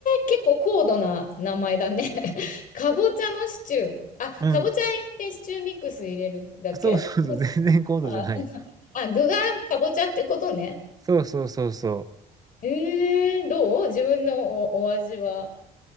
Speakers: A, on the left; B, on the right.
A: 結構高度な名前だね。<laughs> かぼちゃのシチュー。あ、かぼちゃ入れてシチューミックス入れるだけね
B: うん。そうそうそう、<laughs> 全然高度じゃないよ。
A: あ、あ具がかぼちゃってことね。
B: そうそうそうそ
A: えー、どう自分のお、お味は。